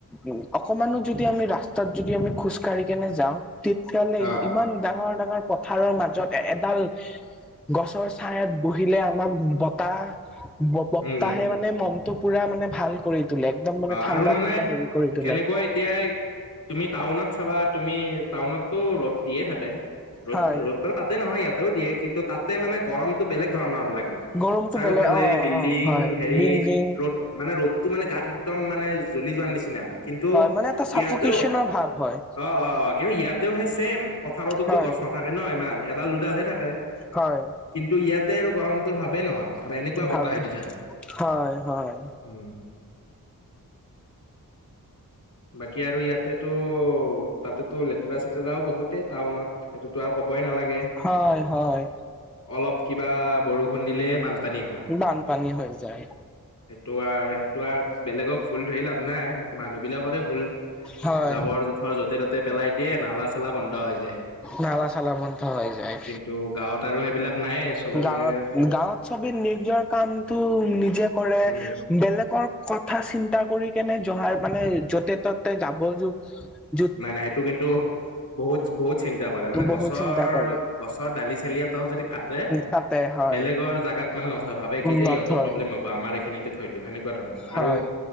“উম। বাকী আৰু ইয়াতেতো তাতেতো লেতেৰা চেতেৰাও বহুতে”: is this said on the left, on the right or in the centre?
Left